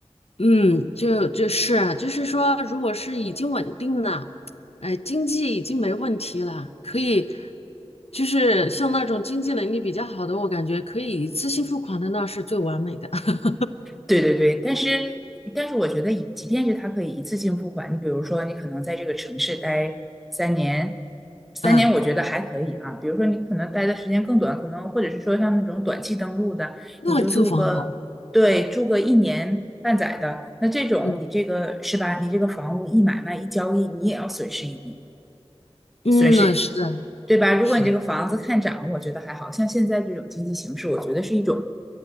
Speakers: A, on the left; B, in the centre.
A: 嗯，就就是啊就是说，如果是已经稳定了，呃，经济已经没问题了，可以，就是像那种经济能力比较好的，我感觉可以一次性付款的，那是最完美的 <laughs>
B: 对对对，但是但是我觉得以即便是他可以一次性付款，你比如说你可能在这个城市待三年，三年我觉得还可以啊。
A: 啊，
B: 比如说你可能待的时间更短，可能或者是说像那种短期登陆的，
A: 那租房好，
B: 你就住个对住个一年半载的，那这种你这个是吧？
A: 嗯
B: 你这个房屋一买卖一交易，你也要损失一笔，
A: 嗯，
B: 损失
A: 是的，
B: 对吧？如果你这个房子看涨，
A: 是的，
B: 我觉得还好像现在这种经济形势，我觉得是一种